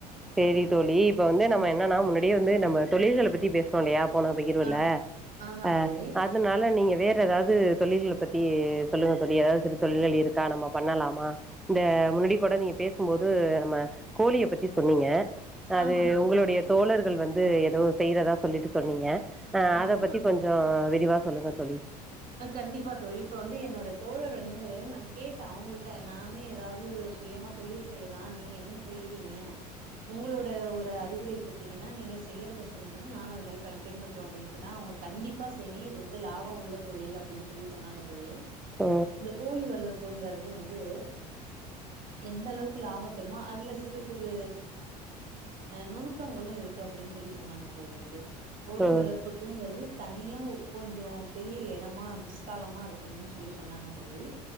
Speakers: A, in the centre; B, on the right (about 40°).
A: சேரி தோழி இப்ப வந்து நம்ம
B: ம்
A: என்னன்னா முன்னாடியே வந்து நம்ம தொழில்கள பத்தி பேஸ் தோழி அப்ப நா போயிருவேல
B: ஆ ஆமா
A: அ அது
B: தோழி
A: அதுனால நீங்க வேற ஏதாவது தொழில்கள பத்தி சொல்லுங்க தோழி ஏதாவது சிறு தொழில்கள் இருக்கா நம்ம பண்ணலாமா இந்த முன்னாடியே கூட நீங்க பேசும்போது நம்ம கோழிய பத்தி சொன்னீங்க அது
B: ஆமா தோழி
A: உங்களுடைய தோழர்கள் வந்து ஏதோ செய்றதா சொல்லிட்டு சொன்னீங்க ஆ அத
B: ஆமா
A: பத்தி கொஞ்சோ விரிவா சொல்லுங்க தோழி
B: கண்டிப்பா தோழி இப்ப வந்து என்னோட தோழர் வந்து நான் கேட்டேன் அவங்கள்ட்ட நானே ஏதாவது சுயமா தொழில் செய்யலா நீங்க என்ன செய்றீங்க உங்களோட ஒரு அறிவுரைய குடுத்தீங்கன்னா நீங்க செய்யறதை சொன்னீங்கன்னா நான் அத மாரி பின்பற்றறோம் அப்டின்னு சொன்னா அவங்க கண்டிப்பா செய்ங்க இது வந்து லாபம் உள்ள தொழில் அப்டின்னு சொல்லி சொன்னாங்க தோழி
A: ஆ
B: இந்த கோழி வளர்ப்புங்கிறது வந்து எந்த அளவுக்கு லாபம் தருமோ அதுல சிறு சிறு நுணுக்கங்களும் இருக்கு அப்டின்னு சொல்லி சொன்னாங்க தோழி வந்து கோழி
A: ம்
B: வளர்ப்புக்குங்கிறது தனியா கொஞ்சோ பெரிய இடமா விஸ்தாலமா இருக்கணும்னு சொல்லி சொன்னாங்க தோழி